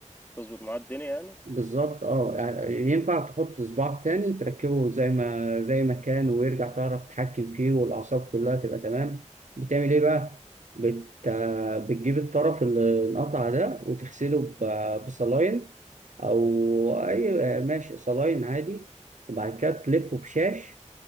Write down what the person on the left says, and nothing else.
تظبط معاه الدنيا يعني